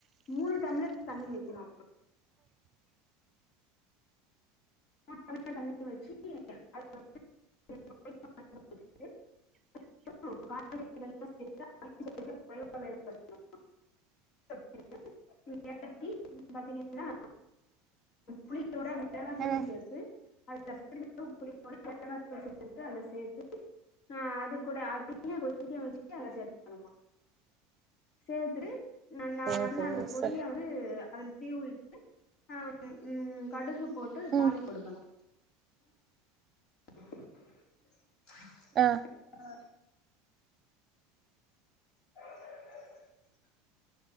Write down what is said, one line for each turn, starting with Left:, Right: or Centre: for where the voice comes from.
Left: மூணு டம்ளர் தண்ணி வைக்கனு மூனு டம்ளர் தண்ணி வச்சு அதுல வந்து <inaudible> <inaudible> <inaudible> இத்தி பாத்தீங்கன்னா புளியோட மிளகாத்தூள்
Right: ம்
Left: சேர்த்து அதோட மிளகாத்தூள் சேர்த்து அத சேத்து அ அது கூட அதனா கொதிக்க வச்சுட்டு அதை சேருண சேத்து நல்லா
Right: ஓஹோ
Left: நல்ல கொடியாவ்து
Right: ச
Left: அதுல தீவிட்டு ஆ உ கடுகு போட்டு தாளி
Right: ம்
Left: கொடுக்கணு <inaudible>
Right: ஆ
Left: அ <inaudible>